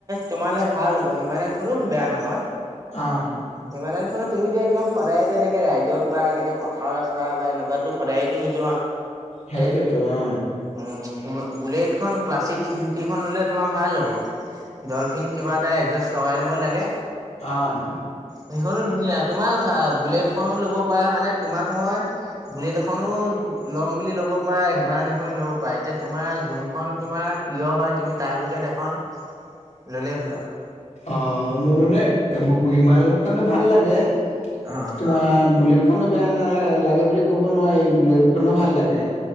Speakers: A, on the right (about 30°); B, on the left (about 70°).
A: তোমালে ভাল হ'ব, হিমালয়ানখনো বেয়া নহয়।
B: অ'।
A: হিমালয়ানখনত তুমিতো একদম সদায়তো এনেকে ৰাইডত বা এনেকে পথাৰ ৰাস্তা বা এনেকুৱাতো সদায়তো নোযোৱা।
B: সেইটোৱেইতো অ'।
A: উম, বুলেটখন ক্লাছিক থ্ৰী ফিফটিখন ল'লে তোমাৰ ভাল হ'ব। ডলফিন কিবা এটা এডজাষ্ট লগাই ল'ব লাগে।
B: হয়।
A: সেইখনো ধুনীয়া, তোমাৰ কথা বুলেট এখনো ল'ব পাৰা, মানে তোমাক মই বুলেট এখনো ল'ম বুলি ল'ব পাৰা, হিমালয়ন এখনো ল'ব পাৰা এতিয়া তোমাৰ যোনখন তোমাৰ প্ৰিয় হয়, তুমি তাৰ ভিতৰত এখন ল'লেই হ'ল আৰু।
B: অ', মোৰ মানে বহু হিমালয় খনো ভাল লাগে,
A: অ',
B: তোমাৰ বুলেট খনো বেয়া নালাগে লাগে বুলি ক'ব নোৱাৰি, এই বুলেটখনো ভাল লাগে।